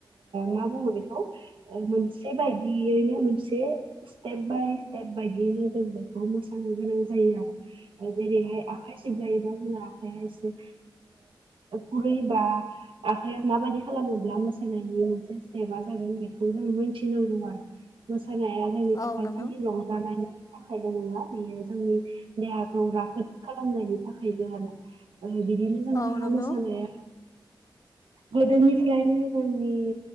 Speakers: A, on the right; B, on the left.
A: मा बुङो बेखौ मोनसे बायदियैनो मोनसे स्टेप बाय स्टेप बायदियैनो जों बेखौ मोसानो गोनां जायो जेरैहाय आखाइ सिबनायजों जोंहा आखाया एसे गुरै बा आखाइया माबादि खालामोब्ला मोसानायनि मोनसे स्टेपा जागोन बेखौ जों मिथिनांगौ आरो मोसानाया जोंनि थाखाय
B: औ नंगौ
A: खालि रंजानाय थाखायल' नङा बेयो जोंनि देहाखौ राफोद खालामनायनि थाखायबो आरो ओ बिदिनो जोंहा
B: औ नंगौ
A: मोसानाया गोदोनिफ्रायनो जोंनि